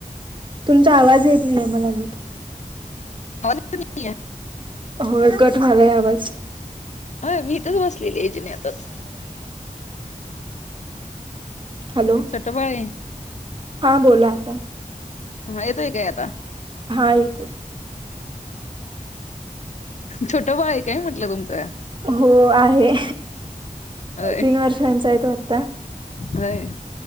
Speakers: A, on the right; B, on the left.
A: तुमचा आवाज येत नाही मला अजून.
B: आवाज येत नाहीये.
A: होय कट व्हायलाय आवाज.
B: ह मी इथच बसलेली जिन्यातच.
A: हॅलो
B: ऐ चटोबाळे.
A: हा बोला आता.
B: हा येतोय काय आता?
A: हा येतोय.
B: छोटा बाळ आहे काय म्हटलं तुमचं?
A: हो आहे,
B: होय
A: तीन वर्षांचा आहेे तो आता.
B: होय.